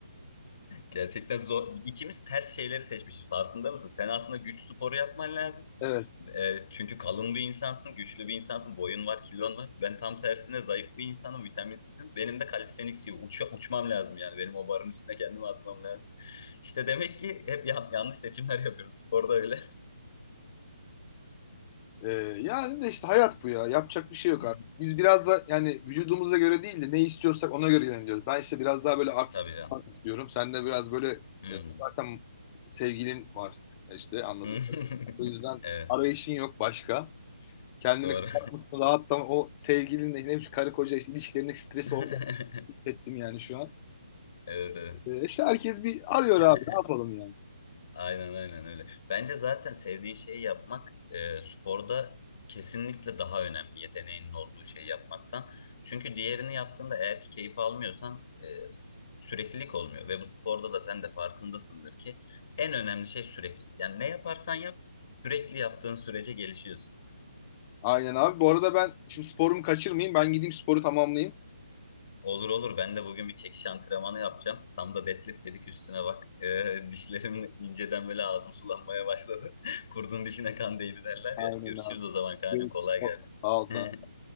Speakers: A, on the left (about 45°); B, on the left (about 25°).
A: Gerçekten zor. İkimiz ters şeyleri seçmişiz. Farkında mısın? Sen aslında güç sporu yapman lazım.
B: evet.
A: E, çünkü kalın bir insansın, güçlü bir insansın, boyun var, kilon var. Ben tam tersine zayıf bir insanım, vitaminsizim. Benim de kalistenik uç, uçmam lazım yani. Benim o barın üstüne kendimi atmam lazım. İşte demek ki hep ya- yanlış seçimler <laughs> yapıyoruz. Sporda öyle.
B: Ee, yani de işte hayat bu ya. Yapacak bir şey
A: <laughs>
B: yok artık. Biz biraz da yani vücudumuza göre değil de ne istiyorsak ona göre yöneliyoruz. Ben işte biraz daha böyle artistik
A: Tabii canım.
B: falan istiyorum. Sen de biraz böyle
A: Hmm.
B: e, zaten sevgilin var E, işte anladım.
A: <laughs>
B: O yüzden
A: Evet,
B: arayışın yok başka. Kendini
A: doğru.
B: kapatmışsın rahatlama. O sevgilinle ne bileyim karı koca işte ilişkilerindeki stresi
A: <laughs>
B: orada hissettim yani şu an.
A: Evet, evet.
B: Ee, işte herkes bir arıyor
A: <laughs>
B: abi ne yapalım yani.
A: Aynen aynen öyle. Bence zaten sevdiğin şeyi yapmak e, sporda kesinlikle daha önemli yeteneğinin olduğu şeyi yapmaktan. Çünkü diğerini yaptığında eğer ki keyif almıyorsan e, süreklilik olmuyor. Ve bu sporda da sen de farkındasındır ki en önemli şey süreklilik. Yani ne yaparsan yap sürekli yaptığın sürece gelişiyorsun.
B: Aynen abi. Bu arada ben şimdi sporumu kaçırmayayım. Ben gideyim sporu tamamlayayım.
A: Olur olur. Ben de bugün bir çekiş antrenmanı yapacağım. Tam da deadlift dedik üstüne bak. Ee, <laughs> dişlerim inceden böyle ağzım sulanmaya başladı. <laughs> Kurdun dişine kan değdi derler
B: Aynen
A: ya. Görüşürüz
B: abi.
A: o zaman kancım
B: Görüşürüz.
A: kolay gelsin.
B: Sağ ol sen.
A: <laughs>